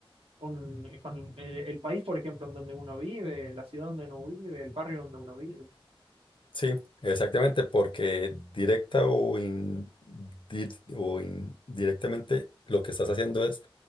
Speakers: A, on the right; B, on the left.
A: con, eh, con el, el país, por ejemplo, en donde uno vive, la ciudad donde uno vive, el barrio donde uno vive.
B: Sí, exactamente, porque directa o, in- di- o indirectamente lo que estás haciendo es